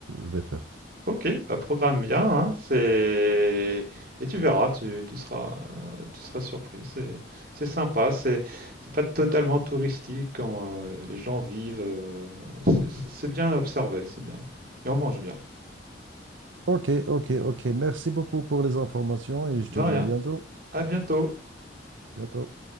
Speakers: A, on the right (about 85°); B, on the right (about 50°).
A: vais faire.
B: Ok, bah programme bien, hein, c'est et tu verras, tu, tu seras euh, tu seras surpris. C'est c'est sympa, c'est c'est pas totalement touristique quand euh, les gens vivent. euh, c'est c'est- c'est bien observé, c'est bien. Et on mange bien.
A: Ok, ok, ok. Merci beaucoup pour les informations et je
B: De
A: te
B: rien.
A: dis à bientôt.
B: À bientôt.
A: Bientôt.